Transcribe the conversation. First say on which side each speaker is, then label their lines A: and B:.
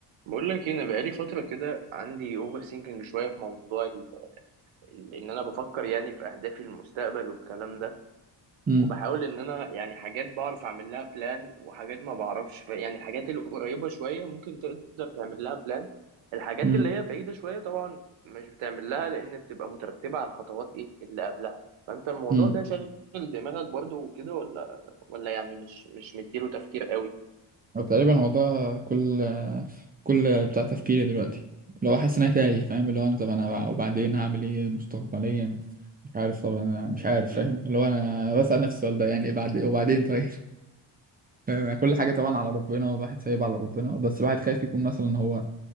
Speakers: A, on the right; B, on the right.
A: بقول لك إيه، انا بقالي فتره كده عندي اوفر سينكينج شويه في موضوع ال... ال- ان انا بفكر يعني في اهدافي للمستقبل والكلام ده
B: امم
A: وبحاول ان انا يعني حاجات بعرف اعمل لها بلان وحاجات ما بعرفش ف... يعني الحاجات القريبه شويه ممكن تقدر تعمل لها بلان الحاجات
B: امم
A: اللي هي بعيده شويه طبعا مش بتعمل لها لان بتبقى مترتبه على الخطوات ايه اللي قبلها فانت الموضوع
B: امم
A: ده شاغل دماغك برضو وكده ولا ولا يعني مش مش مديله تفكير قوي
B: تقريبا هو ده كل كل بتاع تفكيري دلوقتي اللي هو حاسس ان انا تايه فاهم اللي هو انا طب انا وبعدين هعمل ايه مستقبليا مش عارف طبعا انا مش عارف
A: مم.
B: فاهم اللي هو انا بسأل نفسي السؤال ده يعني بعد وبعدين طيب <laughs> فاهم يعني كل حاجه طبعا على ربنا والواحد سايب على ربنا بس الواحد خايف يكون مثلا هو